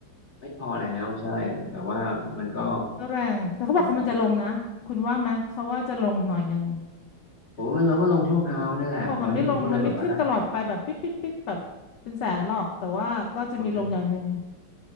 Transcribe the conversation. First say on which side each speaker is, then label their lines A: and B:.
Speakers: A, on the left; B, on the left.
A: ไม่พอแล้วใช่แต่ว่ามันก็
B: อืมก็แรงแต่เขาบอกเขามันจะลงนะคุณว่าไหมเขาว่าจะลงหน่อยหนึ่ง
A: ผมว่าผมว่ามันเราก็ลงชั่วคราวนี่แหละตอนนี้ผมก็เลยแบบว่ามั
B: เขาบอกมันไม่ลงมันไม่ขึ้นตลอดไปแบบปิดปิดปิดแบบเป็นแสนหรอกแต่ว่าก็จะมีลงอย่างหนึ่ง
A: นมันจะ